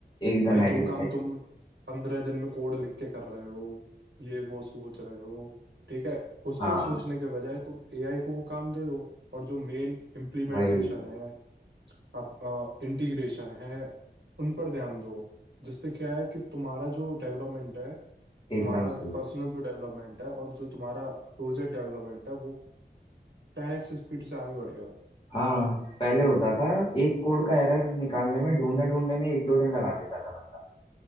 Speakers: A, on the left (about 30°); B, on the right (about 80°).
A: एकदम
B: भाई
A: एग्री
B: जो
A: भाई
B: काम तुम पंद्रह दिन में कोड लिख के कर रहे हो ये वो सोच रहे हो ठीक है उसको
A: हाँ
B: सोचने के बजाय तुम एआई को वो काम दे दो और जो मेन इम्प्लीमेंटेशन
A: वही
B: है आप इंटीग्रेशन है उन पर ध्यान दो जिससे क्या है कि तुम्हारा जो डेवलपमेंट है तुम्हारा
A: एकदम सही
B: पर्सनल जो डेवलपमेंट है और जो तुम्हारा प्रोजेक्ट डेवलपमेंट है वो टेन एक्स स्पीड से आगे बढ़ेगा
A: हाँ पहले होता था एक कोड का एरर निकालने में ढूंढने ढूंढने में एक दो दिन लगा देता था बंदा